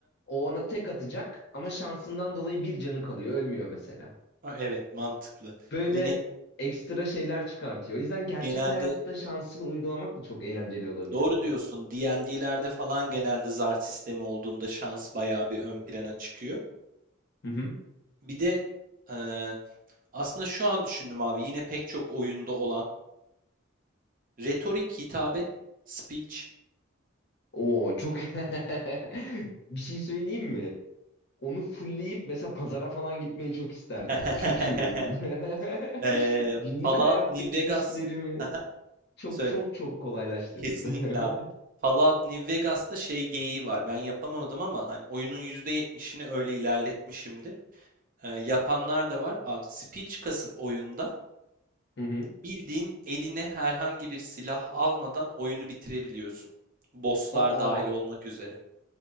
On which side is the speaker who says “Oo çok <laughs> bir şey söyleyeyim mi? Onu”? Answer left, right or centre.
Left